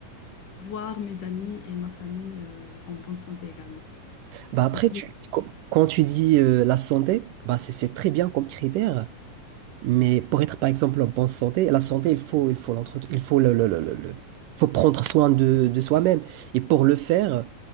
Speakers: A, on the left; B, on the right.
A: voir mes amis et ma famille euh, en bonne santé également.
B: bah après,
A: Donc,
B: tu, qu- quand tu dis euh, la santé, bah c'est c'est très bien comme critère. Mais pour être, par exemple, en bonne santé, la santé, il faut, il faut l'entretenir, il faut le, le- le- le- le- faut prendre soin de, de soi-même. Et pour le faire,